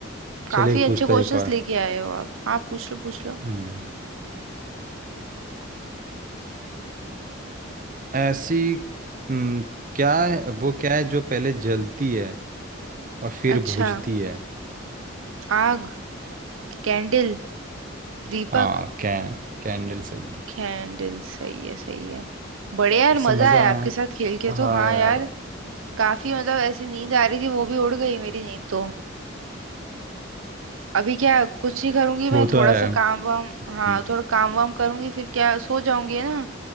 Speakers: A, on the right (about 85°); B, on the right (about 40°).
A: काफी
B: चल एक
A: अच्छे
B: पूछता
A: क्वेश्चंस
B: एक और
A: लेके आए हो आप आप पूछ लो पूछ लो
B: हम्म ऐसी हम्म, क्या है वो क्या है जो पहले जलती है और फिर
A: अच्छा
B: बुझती है
A: आग कैंडल दीपक
B: हाँ कैन कैंडल सही है
A: कैंडल सही है सही है बढ़िया यार
B: इससे
A: मजा
B: मज़ा
A: आया आपके
B: है
A: साथ खेल के तो
B: हाँ
A: हाँ
B: यार
A: यार काफी मतलब ऐसी नींद आ रही थी वो भी उड़ गई मेरी नींद तो अभी क्या कुछ नहीं करूंगी मैं
B: वो तो
A: थोड़ा
B: है
A: सा काम वाम
B: हम्म,
A: हाँ थोड़ा काम वाम करूंगी फिर क्या सो जाऊंगी है ना